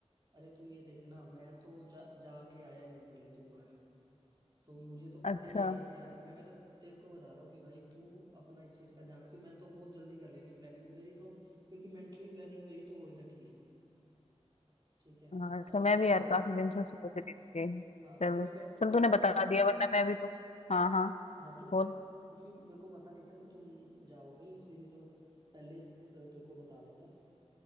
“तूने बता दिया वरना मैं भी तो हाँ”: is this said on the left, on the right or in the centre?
Left